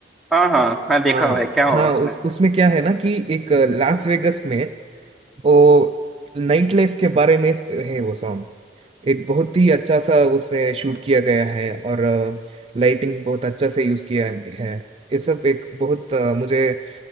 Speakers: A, in the centre; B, on the right.
A: हाँ हाँ हाँ देखा
B: हाँ
A: हुआ है क्या
B: हाँ
A: हुआ उसमें
B: उस उसमें क्या है ना कि एक लास वेगस में वो नाइट लाइफ के बारे में है वो सॉन्ग एक बहुत ही अच्छा सा उसे शूट किया गया है और लाइटिंग्स बहुत अच्छा से यूज किया है ये सब एक बहुत अ, मुझे